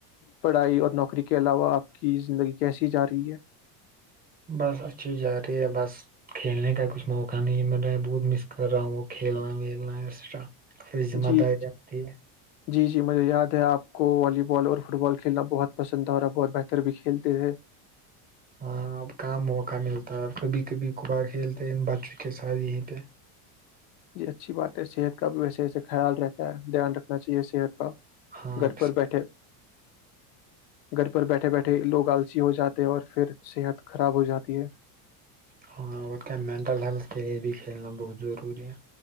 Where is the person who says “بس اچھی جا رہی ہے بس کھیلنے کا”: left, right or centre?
Right